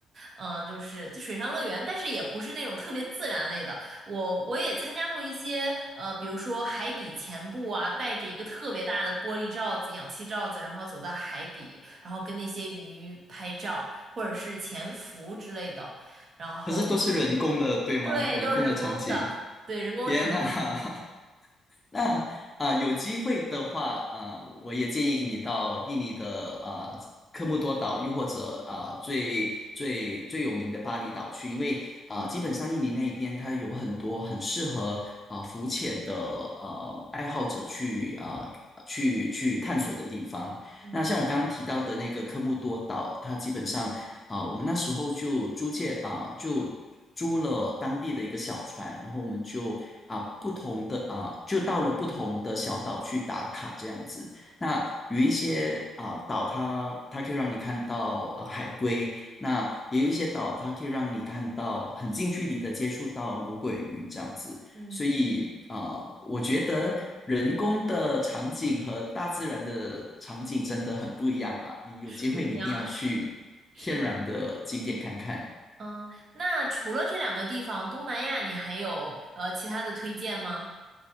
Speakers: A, on the right; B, on the left.
A: 嗯、就是水上乐园，但是也不是那种特别自然类的。我我也参加过一些，呃，比如说海底潜步啊，带着一个特别大的玻璃罩子、氧气罩子，然后走到海底，然后跟那些鱼拍照，或者是潜伏之类的。然后，
B: 可是都是人工的，对吗？
A: 对，
B: 人工的场景，
A: 都是人工的，对，人工场景，
B: 天呐！<laughs> 那啊、有机会的话啊、我也建议你到印尼的啊、科莫多岛，又或者啊、最最最有名的巴厘岛去，因为啊、
A: 嗯
B: 基本上印尼那一边它有很多很适合啊、浮潜的呃爱好者去啊、去去探索的地方。
A: 嗯
B: 那像我刚刚提到的那个科莫多岛，它基本上啊，我们那时候就租借啊，就租了当地的一个小船，然后我们就啊不同的啊，就到了不同的小岛去打卡这样子。那有一些啊岛它它可以让你看到啊海龟，那也有一些岛它可以让你看到很近距离的接触到魔鬼鱼这样子。
A: 嗯，
B: 所以啊，呃我觉得人工的场景和大自然的场景真的很不一样啦。你有机会，
A: 是不一样，
B: 你一定要去天然的景点看看。
A: <laughs> 是的。嗯，那除了这两个地方，东南亚你还有呃其他的推荐吗？